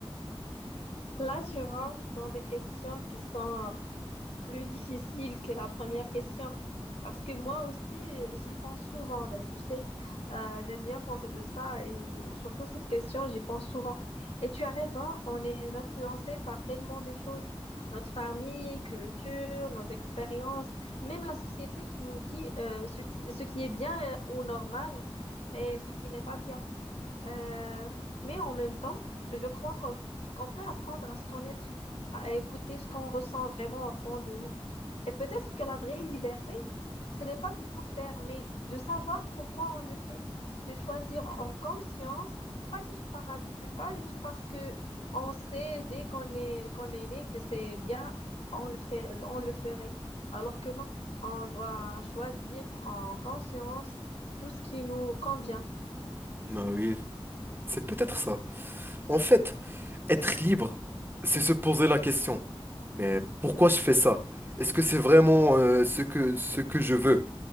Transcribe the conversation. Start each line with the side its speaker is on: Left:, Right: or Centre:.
Left: Là, je rentre dans des questions qui sont Plus difficile que la première question. Parce que moi aussi, j'y pense souvent. Ben, tu sais, euh, j'aime bien penser de ça et surtout cette question, j'y pense souvent. Et tu as raison, on est influencé par tellement de choses. Notre famille, culture, nos expériences, même la société qui nous dit euh, ce qui, ce qui est bien ou normal et ce qui n'est pas bien. Euh, mais en même temps, je crois qu'on qu'on peut apprendre à se connaître, à écouter ce qu'on ressent vraiment au fond de nous. Et peut-être que la vraie liberté, ce n'est pas de tout faire, mais de savoir pourquoi on le fait, de choisir en conscience, pas juste par habitude, pas juste parce que on sait dès qu'on est, qu'on est né que c'est bien, on le fait, on le ferait. Alors que non, on doit choisir en conscience tout ce qui nous convient.
Right: Ben oui, c'est peut-être ça. En fait, être libre, c'est se poser la question. Mais pourquoi je fais ça? Est-ce que c'est vraiment, euh, ce que, ce que je veux?